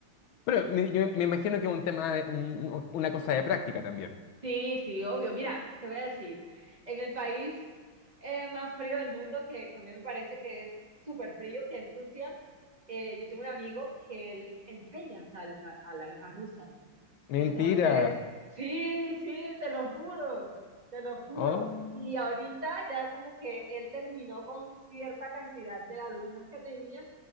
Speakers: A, on the left (about 75°); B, on the right (about 20°).
A: Pero me, yo me imagino que es un tema, de, un- un- una cosa de práctica también.
B: Sí, sí, obvio. Mira, te voy a decir, en el país eh, más frío del mundo, que, que a mí me parece que es súper frío, que es Rusia, eh, yo tengo un amigo que él enseña salsa a, la, a rusas.
A: Mentira.
B: Entonces, sí, sí, te lo juro, te lo juro.
A: Oh.
B: Y ahorita ya como que él terminó con cierta cantidad de alumnas que tenía